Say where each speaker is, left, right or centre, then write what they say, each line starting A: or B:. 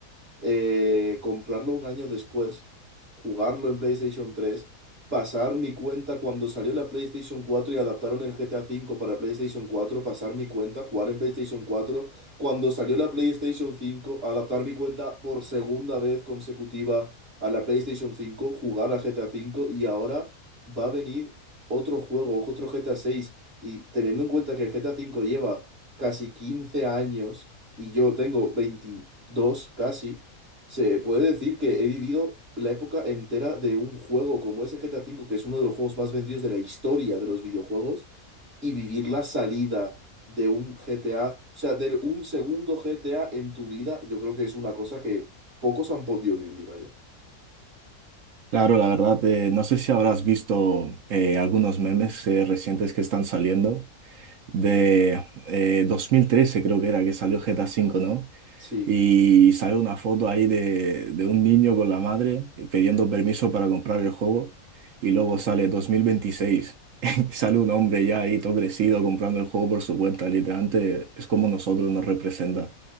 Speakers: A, on the right; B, on the right.
A: eh, comprarlo un año después, jugarlo en PlayStation tres pasar mi cuenta cuando salió la PlayStation cuatro y adaptaron el GTA cinco para PlayStation cuatro pasar mi cuenta, jugar en PlayStation cuatro cuando salió la PlayStation cinco adaptar mi cuenta por segunda vez consecutiva a la PlayStation cinco jugar a GTA cinco y ahora va a venir otro juego, otro GTA seis y teniendo en cuenta que el GTA cinco lleva casi 15 años y yo tengo 22 casi, se puede decir que he vivido la época entera de un juego como ese GTA V, que es uno de los juegos más vendidos de la historia de los videojuegos, y vivir la salida de un GTA, o sea, de un segundo GTA en tu vida, yo creo que es una cosa que pocos han podido vivir, vaya.
B: Claro, la verdad, eh, no sé si habrás visto eh, algunos memes eh, recientes que están saliendo. de eh, dos mil trece creo que era que salió GTA V, ¿no?
A: Sí,
B: Y sale una foto ahí de, de un niño con la madre eh, pidiendo permiso para comprar el juego y luego sale 2026 <laughs> y sale un hombre ya ahí todo crecido comprando el juego por su cuenta, literalmente es como nosotros nos representa.